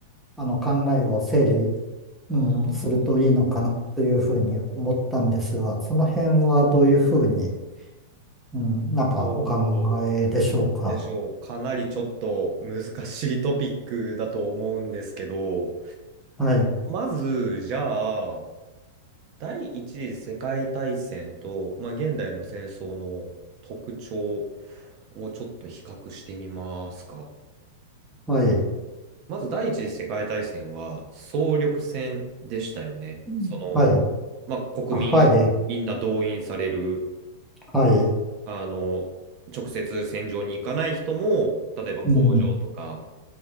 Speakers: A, in the centre; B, on the right.
A: あの、考えを整理、うん、
B: あー
A: するといいのかなというふうに思ったんですが、その辺はどういうふうに、うん、なんかお考えでしょうか。
B: どうでしょう。かなりちょっと難しいトピックだと思うんですけど、
A: はい、
B: まず、じゃあ、第一次世界大戦と、まあ、現代の戦争の特徴をちょっと比較してみますか。
A: はい、
B: まず、第一次世界大戦は総力戦でしたよね。
A: うんはい、
B: その、まあ、国民
A: あはい、
B: みんな動員される
A: はい、
B: あの、直接戦場に行かない人も、例えば工場とか
A: うん、